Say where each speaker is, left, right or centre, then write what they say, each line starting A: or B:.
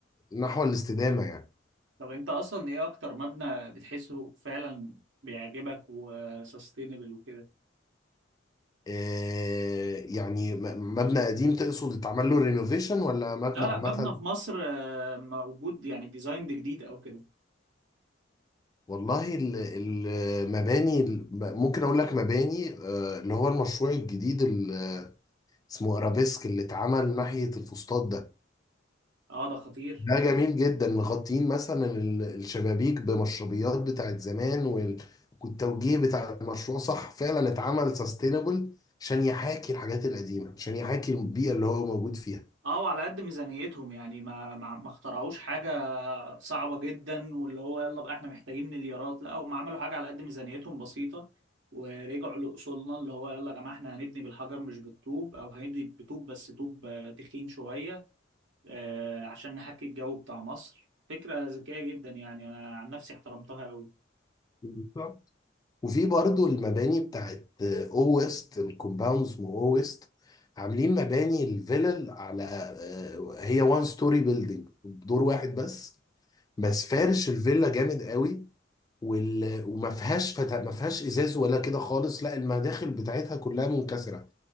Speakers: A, on the left; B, on the right.
A: نحو الاستدامة يعني
B: طب انت اصلا ايه اكتر مبنى بتحسه فعلا بيعجبك وسستينبل وكده؟
A: إيه يعني م- مبنى قديم تقصد اتعمل له رينوفيشن ولا مبنى
B: لا
A: عامة؟
B: لا مبنى في مصر آه، موجود يعني ديزاين ده جديد او كده
A: والله ال- المباني ال- ممكن اقول لك مباني آه، اللي هو المشروع الجديد اللي اسمه ارابيسك اللي اتعمل ناحية الفسطاط ده
B: اه ده خطير
A: ده جميل جدا مغطين مثلا ال- الشبابيك بمشربيات بتاعت زمان وال- والتوجيه بتاع المشروع صح فعلا اتعمل سستينبل عشان يحاكي الحاجات القديمة عشان يحاكي البيئة اللي هو موجود فيها
B: اه وعلى قد ميزانيتهم يعني ما ما ما اخترعوش حاجة صعبة جدا واللي هو يلا بقى احنا محتاجين مليارات لا هم عملوا حاجة على قد ميزانيتهم بسيطة ورجعوا لأصولنا اللي هو يلا يا جماعة احنا هنبني بالحجر مش بالطوب او هنبني بطوب بس طوب آه، تخين شوية آه، عشان نحكي الجو بتاع مصر فكرة ذكية جدا يعني أنا عن نفسي احترمتها أوي
A: بالظبط وفي برضو المباني بتاعت او ويست الكومباوندز مو او ويست عاملين مباني الفيلل على آه، هي وان ستوري بيلدينج دور واحد بس بس فارش الفيلا جامد قوي وال... وما فيهاش فتا... ما فيهاش ازاز ولا كده خالص لا المداخل بتاعتها كلها منكسره